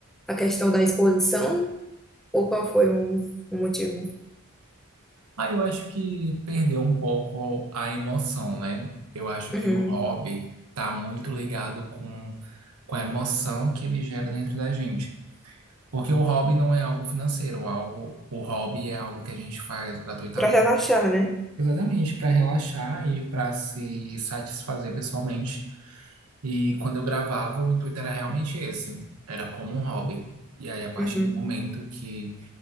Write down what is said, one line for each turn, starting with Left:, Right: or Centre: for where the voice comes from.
Centre: a questão da exposição? Ou qual foi o, o motivo?
Right: Aí eu acho que perdeu um pouco a emoção, né? Eu acho
Centre: Uhum.
Right: que o hobby tá muito ligado com, com a emoção que ele gera dentro da gente. Porque o hobby não é algo financeiro, algo, o hobby é algo que a gente faz gratuitamente
Centre: Pra relaxar, né?
Right: Exatamente, para relaxar e para se satisfazer pessoalmente. E quando eu gravava, o intuito era realmente esse, era como um hobby. E aí, a partir
Centre: Uhum,
Right: do momento que